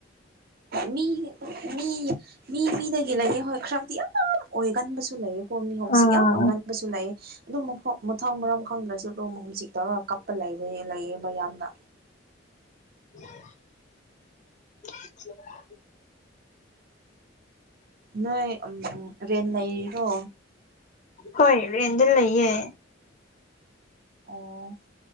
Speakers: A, on the right; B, on the left.
A: ꯃꯤ ꯃꯤ ꯃꯤ ꯃꯤꯗꯒ ꯂꯩꯌꯦ ꯍꯣꯏ ꯈꯔꯗꯤ ꯑꯥ ꯌꯥꯝ ꯑꯣꯏꯒꯟꯕꯁꯨ ꯂꯩꯌꯦꯀꯣ ꯃꯤ ꯍꯣꯝꯁꯤꯛ
B: ꯑꯥ
A: ꯌꯥꯝ ꯑꯣꯏꯒꯟꯕꯁꯨ ꯂꯩꯌꯦ ꯑꯗꯨꯝ ꯃꯐꯝ ꯃꯊꯪ ꯃꯔꯝ ꯈꯪꯗ꯭ꯔꯁꯨ ꯑꯗꯨꯝ ꯍꯣꯝ ꯁꯤꯛ ꯇꯧꯔꯒ ꯀꯞꯄ ꯂꯩꯌꯦꯕ ꯌꯥꯝꯅ
B: <unintelligible>
A: ꯅꯣꯏ ꯎꯝ ꯔꯦꯟ ꯂꯩꯔꯤꯔꯣ
B: ꯍꯣꯏ ꯔꯦꯟꯠ ꯇ ꯂꯩꯌꯦ
A: ꯑꯣ